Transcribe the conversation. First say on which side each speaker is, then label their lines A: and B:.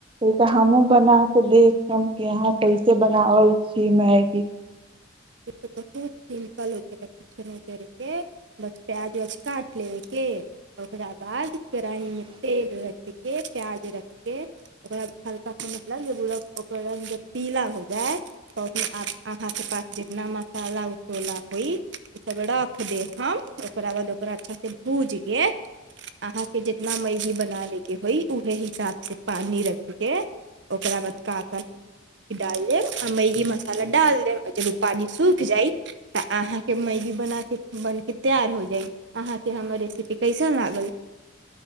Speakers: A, on the right; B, on the right.
A: त हमहुूँ बना कऽ देखब, कि यहाँ कैसे बनावल छी मैगी।
B: इ बहुत सिम्पल छै। ठीक छै। नहि छैके। बस प्याज बच काट लेबैके। ओकरा बाद केड़ाहीमे तेल रखि। कऽ प्याज रखि कऽ ओकरा हल्का। मतलब जे ओकर रग जब पीला हो। जाय तऽ ओ अहाँके पास। जितना मसाला उसोला होइ। ओ सब रख दे हम ओकरा बाद ओकरा अच्छा से भूज के। अहा के जितना मै भी बनाबे। के होइ उहे हिसाब से पानी रख के ओकरा बाद क ाल देब आमेी मसाला ाल देबी। पानि सुख जाइ। त आहाँ के मैगी बनाके। बनके तयार हो जाइ। आहाँ के हमर रेसपि कसयन लगल